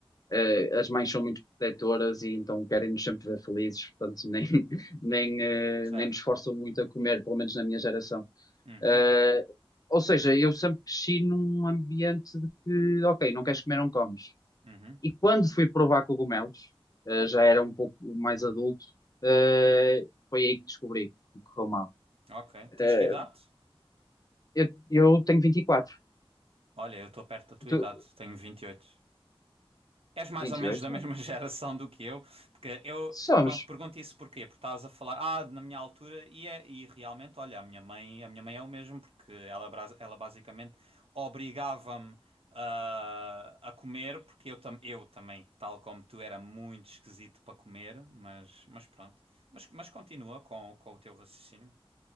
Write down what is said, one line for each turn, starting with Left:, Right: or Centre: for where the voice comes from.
Left: eh, as mães são muito protetoras e então querem-nos sempre ver felizes, portanto nem, <laughs> nem, eh,
Right: certo.
Left: nem nos forçam muito a comer, pelo menos na minha geração.
Right: Uhum,
Left: Eh, ou seja, eu sempre cresci num ambiente de que, ok, não queres comer, não comes.
Right: uhum.
Left: E quando fui provar cogumelos, eh, já era um pouco mais adulto, eh, foi aí que descobri que correu mal.
Right: Ok. Tens
Left: Eh,
Right: que idade?
Left: eu, eu tenho 24,
Right: Olha, eu estou perto da tua
Left: tu,
Right: idade, tenho 28. És mais
Left: vinte
Right: ou menos
Left: e oito,
Right: da mesma <laughs> geração do que eu, porque eu,
Left: Somos.
Right: pronto, pergunto isso porquê? Porque estás a falar, ah, na minha altura, e, é, e realmente, olha, a minha mãe, a minha mãe é o mesmo, porque ela, bras- ela basicamente obrigava-me ah, a comer, porque eu, tam, eu também, tal como tu, era muito esquisito para comer, mas, mas pronto. Mas, mas continua com, com o teu raciocínio.